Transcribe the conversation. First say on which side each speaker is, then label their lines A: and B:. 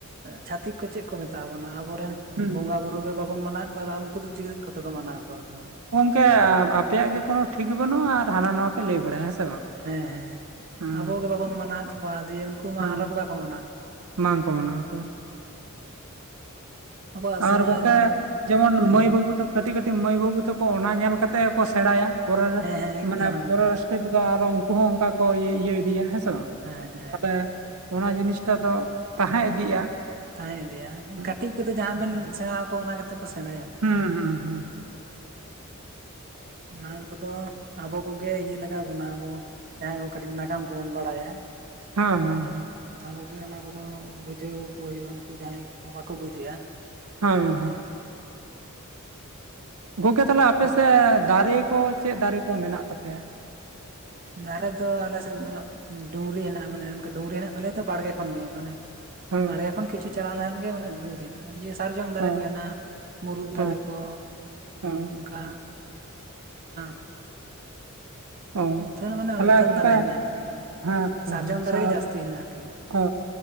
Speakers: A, on the right; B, on the right.
A: ᱪᱷᱟᱛᱤᱠ ᱠᱚ ᱪᱮᱫ ᱠᱚ ᱢᱮᱛᱟᱣ ᱵᱚᱱᱟ ᱟᱵᱚᱨᱮᱱ
B: ᱦᱮᱸ
A: ᱵᱚᱸᱜᱟ ᱵᱩᱨᱩ ᱜᱮ ᱵᱟᱵᱚᱱ ᱢᱟᱱᱟᱣᱮᱫ ᱠᱚᱣᱟ ᱩᱱᱠᱩ ᱫᱚ ᱪᱤᱠᱟ ᱠᱟᱛᱮ ᱠᱚ ᱢᱟᱱᱟᱣ ᱠᱚᱣᱟ ᱠᱚ᱾
B: ᱠᱮ ᱟᱯᱮᱭᱟᱜ ᱜᱮ ᱠᱛᱱᱚ ᱴᱷᱤᱠ ᱵᱟᱹᱱᱩᱜᱼᱟ ᱟᱨ ᱦᱟᱱᱟ ᱱᱟᱶᱟ ᱯᱮ ᱞᱟᱹᱭ ᱵᱟᱲᱟᱭᱟ ᱦᱮᱸ ᱥᱮ ᱵᱟᱝ?
A: ᱦᱮᱸ ᱦᱮᱸ
B: ᱦᱮᱸ
A: ᱟᱵᱚ ᱜᱮ ᱵᱟᱵᱚᱱ ᱢᱟᱱᱟᱣᱮᱫ ᱠᱚᱣᱟ ᱫᱤᱭᱮ ᱩᱱᱠᱩ ᱢᱟ
B: ᱦᱮᱸ
A: ᱟᱨᱦᱚᱸ ᱵᱟᱠᱚ ᱢᱟᱱᱟᱣ ᱠᱚᱣᱟ᱾
B: ᱵᱟᱝᱠᱚ ᱢᱟᱱᱟᱣ ᱠᱚᱣᱟ᱾
A: ᱟᱵᱚᱣᱟᱜ
B: ᱟᱨ
A: ᱥᱚᱢᱟᱡᱽ
B: ᱜᱚᱝᱠᱮ ᱡᱮᱢᱚᱱ
A: ᱦᱮᱸ
B: ᱢᱟᱹᱭ
A: ᱞᱟᱹᱭ ᱵᱤᱱ
B: ᱵᱟᱹᱵᱩ ᱛᱟᱠᱚ, ᱠᱟᱹᱴᱤᱡ ᱠᱟᱹᱴᱤᱡ ᱢᱟᱹᱭ ᱵᱟᱹᱵᱩ ᱛᱟᱠᱚ ᱚᱱᱟ ᱧᱮᱞ ᱠᱟᱛᱮᱜ ᱜᱮ ᱠᱚ ᱥᱮᱬᱟᱭᱟ ᱯᱚᱨᱮ ᱨᱮ
A: ᱦᱮᱸ ᱦᱮᱸ ᱮᱠᱫᱚᱢ
B: ᱢᱟᱱᱮ
A: ᱮᱠᱫᱚᱢ
B: ᱯᱚᱨᱮ ᱟᱨᱚ ᱩᱱᱠᱩ ᱦᱚᱸ ᱚᱱᱠᱟ ᱠᱚ ᱤᱭᱟᱹ ᱤᱫᱤᱭᱟ ᱦᱮᱸ ᱥᱮ ᱵᱟᱝ
A: ᱦᱮᱸ ᱦᱮᱸ
B: ᱛᱟᱦᱚᱞᱮ ᱚᱱᱟ ᱡᱤᱱᱤᱥ ᱱᱤᱛᱚᱜ ᱫᱚ ᱛᱟᱦᱮᱸ ᱤᱫᱤᱜᱼᱟ᱾
A: ᱛᱟᱦᱮᱸ ᱤᱫᱤᱭᱟ
B: ᱦᱩᱸ
A: ᱠᱟᱹᱴᱤᱡ ᱠᱚᱫᱚ ᱡᱟᱦᱟᱸ ᱵᱮᱱ ᱥᱮᱬᱟ ᱟᱠᱚ ᱚᱱᱟ ᱜᱮᱛᱚ ᱠᱚ ᱥᱮᱬᱟᱭᱟ᱾ ᱩᱱᱠᱩ
B: ᱦᱩᱸ ᱦᱩᱸ ᱦᱩᱸ ᱦᱩᱸ
A: ᱚᱱᱟ ᱠᱚᱫᱚ ᱟᱵᱚ ᱠᱚᱜᱮ ᱤᱭᱟᱹ ᱞᱟᱜᱟᱣ ᱟᱵᱚᱱᱟ ᱟᱵᱚ ᱡᱟᱦᱟᱸᱭ ᱠᱚ ᱠᱟᱹᱴᱤᱡ ᱱᱟᱜᱟᱢ ᱠᱚᱵᱚᱱ ᱵᱟᱲᱟᱭᱟ,
B: ᱦᱮᱸ ᱦᱮᱸ ᱦᱮᱸ
A: ᱟᱵᱚ ᱠᱚ ᱜᱮ ᱚᱱᱟ ᱠᱚᱫᱚ ᱵᱩᱡᱷᱟᱹᱣ ᱟᱠᱚ ᱦᱩᱭᱩᱜᱼᱟ ᱩᱱᱠᱩ ᱡᱟᱦᱟᱸᱭ ᱠᱚ ᱵᱟᱠᱚ ᱵᱩᱡ ᱮᱜᱼᱟ᱾
B: <unintelligible> ᱜᱚᱝᱠᱮ ᱛᱟᱦᱚᱞᱮ ᱟᱯᱮ
A: ᱢᱤᱫ
B: ᱥᱮᱫ ᱫᱟᱨᱮ ᱠᱚ ᱪᱮᱫ ᱫᱟᱨᱮ ᱠᱚ ᱢᱮᱱᱟᱜ ᱛᱟᱯᱮᱭᱟ᱾
A: ᱫᱟᱨᱮ ᱫᱚ ᱟᱞᱮ ᱥᱮ ᱫᱚ, ᱰᱩᱝᱨᱤ ᱦᱮᱱᱟᱜᱼᱟ ᱢᱟᱱᱮ ᱚᱱᱠᱟ ᱰᱩᱝᱨᱤ ᱦᱮᱱᱟᱜ ᱛᱟᱞᱮᱭᱟ ᱛᱚ ᱵᱟᱲᱜᱮ ᱠᱷᱚᱱᱜᱮ ᱢᱟᱱᱮ
B: ᱦᱮᱸ
A: ᱵᱟᱲᱜᱮ ᱠᱷᱚᱱ ᱠᱤᱪᱷᱩ ᱪᱟᱞᱟᱣ ᱞᱮᱱ ᱜᱮ ᱢᱟᱱᱮ ᱰᱩᱝᱨᱤ, ᱤᱭᱟᱹ ᱥᱟᱨᱡᱚᱢ ᱫᱟᱨᱮ
B: ᱦᱮᱸ
A: ᱠᱚ ᱦᱮᱱᱟᱜᱼᱟ ᱢᱩᱨᱩᱫ ᱫᱟᱨᱮ
B: ᱦᱮᱸ
A: ᱠᱚ
B: ᱦᱮᱸ
A: ᱚᱱᱠᱟ <unintelligible>
B: ᱚ
A: ᱟᱹᱛᱷᱟᱹᱱ ᱢᱟᱱᱮ
B: ᱛᱟᱦᱚᱞᱮ
A: ᱟᱹᱛᱷᱟᱹᱱ
B: ᱜᱚᱢᱠᱮ
A: ᱫᱟᱨᱮ ᱦᱮᱱᱟᱜᱼᱟ ᱟᱨᱠᱤ
B: ᱦᱮᱸᱛᱚ
A: ᱥᱟᱨᱡᱚᱢ
B: <unintelligible>
A: ᱫᱟᱨᱮ ᱜᱮ ᱡᱟᱹᱥᱛᱤ ᱦᱮᱱᱟᱜᱼᱟ ᱟᱨᱠᱤ
B: ᱚ